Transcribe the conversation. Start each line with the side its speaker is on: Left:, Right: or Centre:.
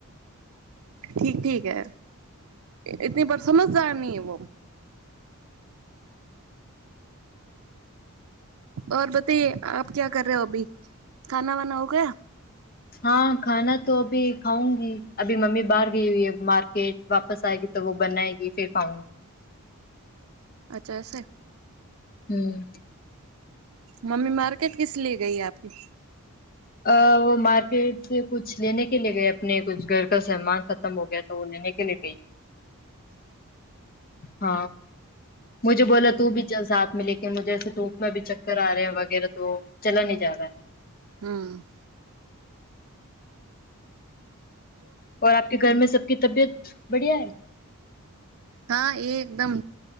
Right: ઠીક ઠીક હ એતની બરસો- - સમજદાર નહીં હૈ વો ઓર બતાઈએ આપ ક્યા કર રહ હો અભી ખાના વાના હો ગયા
Left: હા ખાના તો અભી ખાઉંગી અભી મમ્મી બહાર ગઈ હુંઈ હે માારકેટ વાપસ આયેગી તો વો બનાએગી <unintelligible>
Right: અચ્છાશે
Left: હમ
Right: મમ્મી માારકેટ કીસ લીયે ગઈ હે આપકી
Left: અ વ માાર્કેટ કુછ લેને કે લીયે ગયે અપને કુછ ઘર કા કુછ સામન ખતમ હો ગયા તો લેને કે લીયે ગઈ હ મુજે બોલા તું ભી ચલ સાથ મે લેકે મુજે એસે ધૂપમેં ભી ચક્કર આ રહે વગેરે તો ચલા નઈ જા રહા
Right: હમ
Left: ઓર આપકે ઘર મે સબ કી તબીયત બઢિયા હૈ
Right: હા એ એકદમ